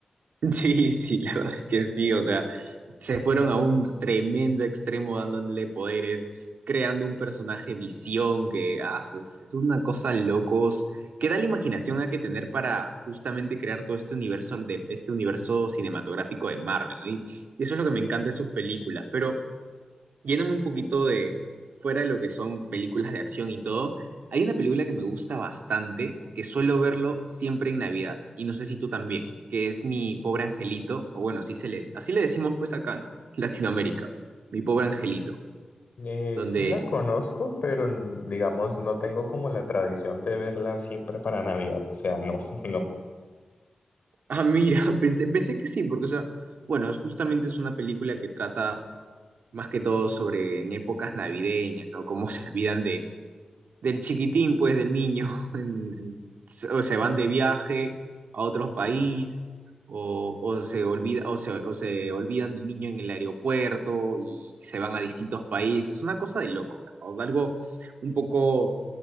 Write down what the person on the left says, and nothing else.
Eh,
sí la conozco, pero n- digamos, no tengo como la tradición de verla siempre para Navidad, o sea, no, <laughs> no.